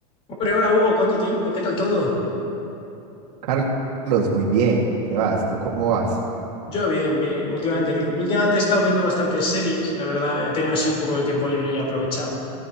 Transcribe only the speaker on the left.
Hombre, hola Hugo, ¿cuánto tiempo? ¿Qué tal todo?
Yo bien, bien, últimamente bien. Últimamente he estado viendo bastantes series, la verdad, he tenido así un poco de tiempo libre y he aprovechado.